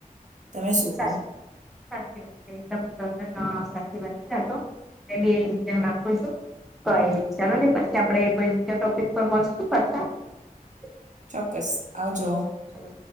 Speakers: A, in the centre; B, on the right.
A: <inaudible>
B: તમે શું કહો
A: <inaudible>
B: ચોક્કસ આવજો.
A: ઓકે ચાલો